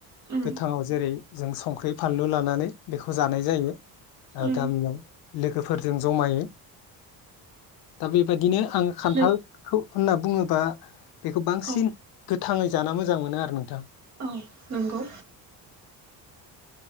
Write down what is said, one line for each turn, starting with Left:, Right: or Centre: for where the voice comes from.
Right: उम
Left: गोथांङाव जेरै जों संख्रि फानलु लानानै बेखौ जानाय जायो। ओ
Right: उम
Left: गामियाव लोगोफोरजों जमायो दा बेबादिनो आंङो खान्थालखौ
Right: नों
Left: होनना बुंङोबा बेखौ बांसिन
Right: औ
Left: गोथांङै जानो मोजां मोनो आरो नोंथां
Right: औ नंगौ